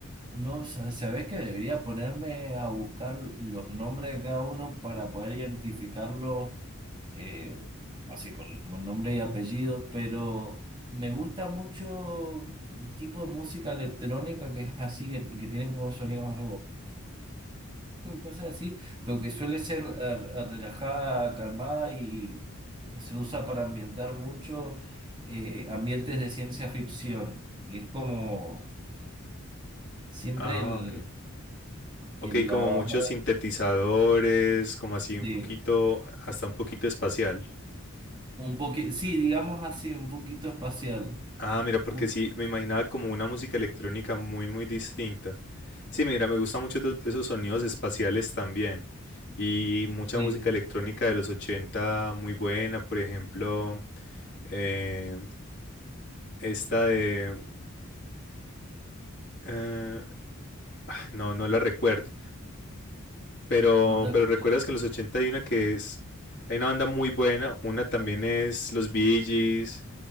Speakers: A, on the right (about 20°); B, on the left (about 55°).
A: no, sa- ¿sabés que debería ponerme a buscar los nombres de cada uno para poder identificarlos eh, así con, con nombre y apellido? Pero me gusta mucho un tipo de música electrónica que es así, que, que tiene como sonidos mm, cosas así, pero que suele ser eh, relajada, calmada y se usa para ambientar mucho eh, ambientes de ciencia ficción. Y es como siempre
B: Ah,
A: el,
B: ok. Ok,
A: el
B: como
A: la bajada
B: muchos sintetizadores, como así un
A: de
B: poquito, hasta un poquito espacial.
A: un poquito, sí, digamos así, un poquito espacial.
B: Ah, mira,
A: Justo,
B: porque sí, me imaginaba como una música electrónica muy, muy distinta. Sí, mira, me gustan mucho to- esos sonidos espaciales también. Y mucha
A: sí,
B: música electrónica de los 80, muy buena, por ejemplo, eh, esta de Eh, no, no la recuerdo. Pero,
A: no te acordás.
B: pero recuerdas que en los 80 hay una que es. Hay una banda muy buena. Una también es Los Bee Gees,